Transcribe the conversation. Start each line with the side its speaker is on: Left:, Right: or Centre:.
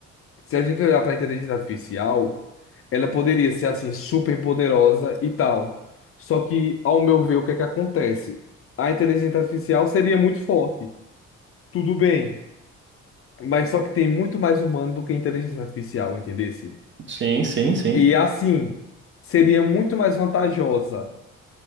Left: Se a gente olhar para a inteligência artificial, ela poderia ser assim super poderosa e tal. Só que, ao meu ver, o que é que acontece? A inteligência artificial seria muito forte, tudo bem, mas só que tem muito mais humano do que a inteligência artificial, entendesse?
Right: Sim, sim, sim.
Left: E assim, seria muito mais vantajosa